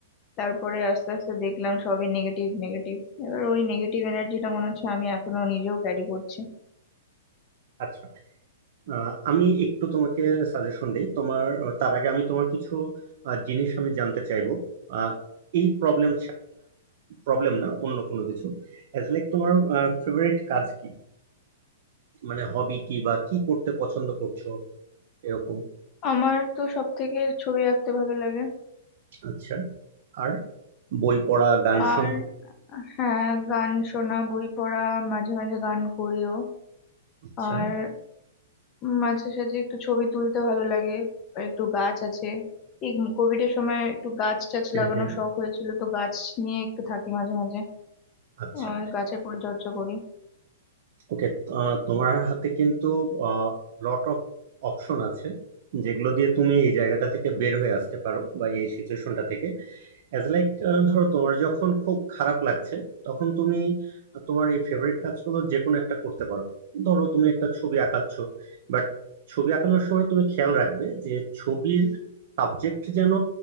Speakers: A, on the left (about 30°); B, on the right (about 55°).
A: তারপরে আস্তে আস্তে দেখলাম সবই নেগেটিভ নেগেটিভ এবার ওই নেগেটিভ এনার্জিটা মনে হচ্ছে আমি এখনো নিজেও ক্যারি করছি
B: আচ্ছা আহ, আমি একটু তোমাকে সাজেশন দিই তোমার আহ, তার আগে আমি তোমার কিছু আহ, জিনিস আমি জানতে চাইবো আহ, এই প্রবলেম প্রবলেম না অন্য কোনো কিছু এজ লাইক তোমার ফেভারিট কাজ কি মানে হবি কি বা কি করতে পছন্দ করছো এরকম
A: আমার তো সব থেকে ছবি আঁকতে ভালো লাগে
B: আচ্ছা আর বই পড়া গান শোনা
A: আর হ্যাঁ গান শোনা বই পড়া মাঝে মাঝে গান করিও
B: আচ্ছা
A: আর মাঝে সাঝে একটু ছবি তুলতে ভালো লাগে আর একটু গাছ আছে এই কোভিড এর সময় একটু গাছ টাছ
B: হ্যাঁ
A: লাগানোর
B: হ্যাঁ
A: শখ হয়েছিল তো গাছ নিয়ে একটু থাকি মাঝে মাঝে
B: আচ্ছা
A: আর গাছের পরিচর্যা করি
B: ওকে তোমার হাতে কিন্তু লট অফ অপশন আছে যেগুলো দিয়ে তুমি এই জায়গাটা থেকে বের হয়ে আসতে পারো বা এই সিচুয়েশনটা থেকে অ্যাজ লাইক ধরো তোমার যখন খুব খারাপ লাগছে তখন তুমি তোমার এই ফেভারিট কাজগুলো যে কোনো একটা করতে পারো ধরো তুমি একটা ছবি আঁকাচ্ছ বাট ছবি আঁকানোর সময় তুমি খেয়াল রাখবে যে ছবির সাবজেক্ট যেন